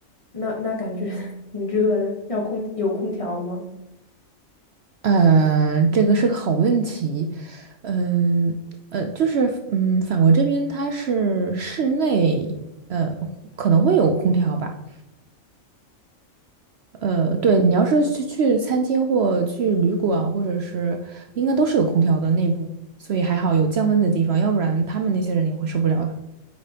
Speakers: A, on the left; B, on the right.
A: 那那感觉 <laughs> 挺热的，要空有空调吗？
B: 呃，这个是个好问题。嗯呃，就是嗯，法国这边它是室内，呃，可能会有空调吧。呃，对，你要是去去餐厅或去旅馆，或者是应该都是有空调的内部，所以还好有降温的地方，要不然他们那些人也会受不了的。